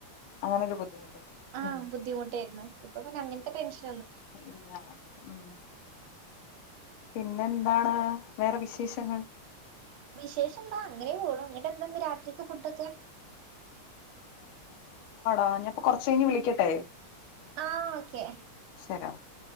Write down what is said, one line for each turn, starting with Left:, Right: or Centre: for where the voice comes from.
Left: അങ്ങനൊരു ബുദ്ധിമുട്ട്
Right: ആഹ്
Left: ഉം
Right: ബുദ്ധിമുട്ടായിരുന്നു അത് പിന്നെ അങ്ങൻത്തെ ടെൻഷൻ
Left: ഇല്ല ഉം പിന്നെ എന്താണ് വേറെ വിശേഷങ്ങൾ
Right: വിശേഷം എന്താ അങ്ങനെ പോണ് ഇന്നട്ടെന്താ ഇന്ന് രാത്രിത്തെ ഫുഡൊക്കെ
Left: ആ ഞാപ്പൊ കൊറച്ച് കഴിഞ്ഞ് വിളിക്കട്ടെ
Right: ആ ഓക്കെ
Left: ശരി